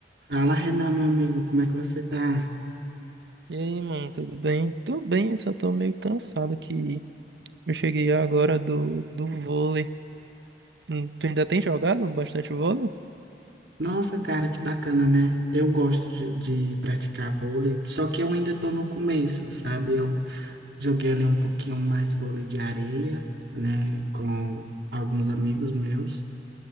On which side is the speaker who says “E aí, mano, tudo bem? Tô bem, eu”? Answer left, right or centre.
Right